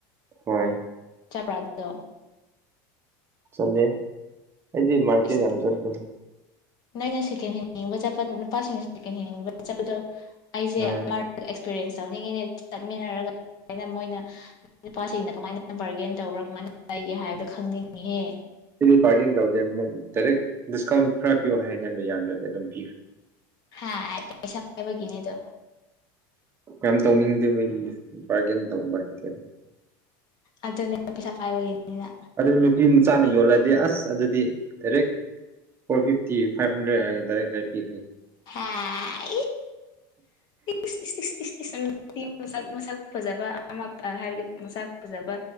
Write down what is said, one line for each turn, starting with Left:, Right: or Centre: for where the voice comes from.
Right: ꯍꯣꯏ
Left: ꯆꯠꯄ꯭ꯔꯥ ꯑꯗꯨꯗꯣ
Right: ꯁꯝꯗꯦ ꯑꯩꯗꯤ ꯃꯥꯔꯀꯦꯠ
Left: ꯑꯁ
Right: ꯌꯥꯝ ꯆꯠꯄꯗꯣ
Left: ꯅꯣꯏꯅ ꯁꯦꯀꯦꯟ ꯍꯦꯟ ꯌꯦꯡꯕ ꯆꯠꯄ ꯅꯨꯄꯥꯁꯤꯡꯅ ꯁꯦꯀꯦꯟ ꯍꯦꯟ ꯌꯦꯡꯕ ꯆꯠꯄꯗꯣ ꯑꯩꯁꯦ
Right: ꯎꯝ
Left: ꯃꯥꯔ ꯑꯦꯛꯁꯄꯤꯔꯤꯌꯦꯟꯁ ꯇꯧꯅꯤꯡꯉꯤꯅꯦ ꯆꯠꯃꯤꯟꯅꯔꯒ ꯑꯗꯨꯃꯥꯏꯅ ꯃꯣꯏꯅ ꯅꯨꯄꯤ ꯅꯨꯄꯥꯁꯤꯡꯅ ꯀꯃꯥꯏꯅ ꯕꯥꯔꯒꯦꯟ ꯇꯧꯕ꯭ꯔꯥ ꯀꯃꯥꯏꯅ ꯂꯩꯒꯦ ꯍꯥꯏꯕꯗꯣ ꯈꯪꯅꯤꯡꯉꯤꯍꯦ
Right: ꯁꯤꯗꯤ ꯕꯥꯔꯒꯦꯟ ꯇꯧꯗꯦ ꯃꯣꯏ ꯗꯥꯏꯔꯦꯛ ꯗꯤꯁꯀꯥꯎꯟ ꯈꯔ ꯄꯤꯌꯣ ꯍꯥꯏ ꯅꯪꯗ ꯌꯥꯗ꯭ꯔꯗꯤ ꯑꯗꯨꯝ ꯄꯤꯈ꯭ꯔꯦ
Left: ꯍꯥꯏ ꯄꯩꯁꯥ ꯄꯥꯏꯕꯒꯤꯅꯦ ꯑꯗꯣ
Right: ꯌꯥꯝ ꯇꯧꯅꯤꯡꯗꯦꯕ ꯑꯩꯗꯤ ꯕꯥꯔꯒꯦꯟ ꯇꯧꯕ ꯍꯩꯇꯦꯕ
Left: ꯑꯗꯨꯅꯦ ꯅꯪ ꯄꯩꯁꯥ ꯄꯥꯏꯕꯒꯤꯅꯤꯅ
Right: ꯑꯗꯨ ꯅꯨꯄꯤ ꯃꯆꯥꯅ ꯌꯣꯜꯂꯗꯤ ꯑꯁ ꯑꯗꯨꯗꯤ direct four fifty five hundred ꯍꯥꯏꯔꯦ ꯗꯥꯏꯔꯦꯛ ꯗꯥꯏꯔꯦꯛ ꯄꯤꯈ꯭ꯔꯦ
Left: ꯍꯥꯏ ꯏꯁ ꯏꯁ ꯏꯁ ꯏꯁ ꯏꯁ ꯅꯪ ꯅꯨꯄꯤ ꯃꯁꯛ ꯃꯁꯛ ꯐꯖꯕ ꯑꯃ ꯄ ꯍꯥꯏꯕꯗꯤ ꯃꯁꯛ ꯐꯖꯕ